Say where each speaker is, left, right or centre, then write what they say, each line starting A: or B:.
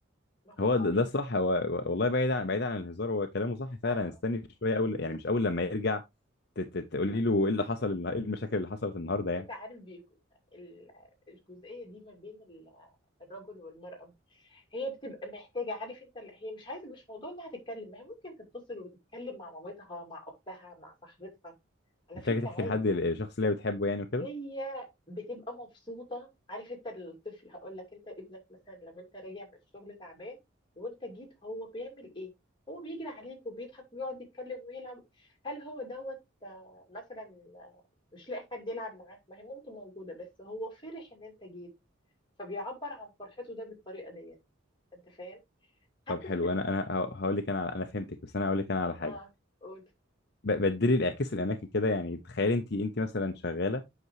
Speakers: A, on the left; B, on the left.
A: ما هم
B: هو ده,
A: بيبقوا
B: ده الصح هو هو- والله بعيد عن بعيد عن الهزار هو كلامه صح فعلا
A: آه.
B: استني شويه اول يعني مش اول لما يرجع ت- ت- تقولي له ايه اللي حصل النه- ايه المشاكل اللي حصلت النهارده يعني
A: انت عارف بيكو ال... الجزئيه دي ما بين ال... الرجل والمراه هي بتبقى محتاجه عارف انت ال- هي مش عايزه مش موضوع انها تتكلم ما هي ممكن تتصل وتتكلم مع مامتها مع اختها مع صاحبتها على
B: محتاج
A: فكره
B: تحكي
A: عادي
B: لحد ال- الشخص اللي هي بتحبه يعني وكده
A: هي بتبقى مبسوطة عارف انت الطفل هقول لك انت ابنك مثلا لما انت راجع من الشغل تعبان وانت جيت هو بيعمل ايه؟ هو بيجري عليك وبيضحك ويقعد يتكلم ويلعب هل هو دوت آه، مثلا مش لاقي حد يلعب معاه ما هي مامته موجودة بس هو فرح ان انت جيت فبيعبر عن فرحته ده بالطريقة ديت انت فاهم؟ حتى
B: طب حلو
A: الست
B: انا انا هقول لك انا على انا فهمتك بس انا هقول لك انا على حاجه
A: اه قول
B: ب- بدلي الاعكاس الاماكن كده يعني تخيل انت انت مثلا شغاله